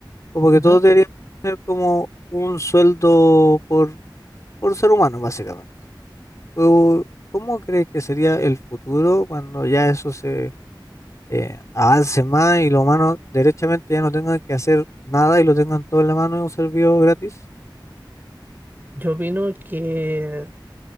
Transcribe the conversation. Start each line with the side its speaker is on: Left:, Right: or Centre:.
Left: como
Right: ujú.
Left: que todos deberían tener como un sueldo por, por ser humano, básicamente. Pero, ¿Cómo crees que sería el futuro cuando ya eso se eh, avance más y los humanos derechamente ya no tengan que hacer nada y lo tengan todo en la mano en un servicio gratis?
Right: Yo opino que